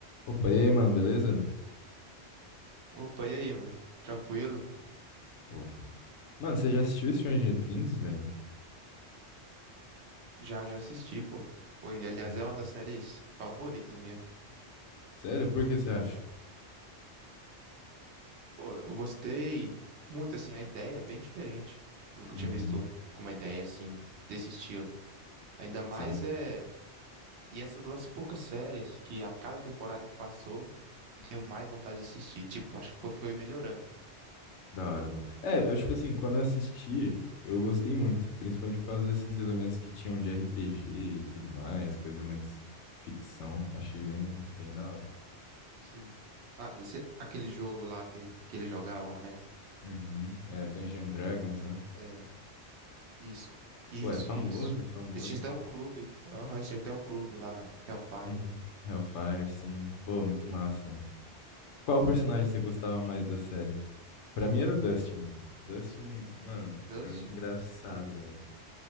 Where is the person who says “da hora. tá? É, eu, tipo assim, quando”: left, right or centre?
Left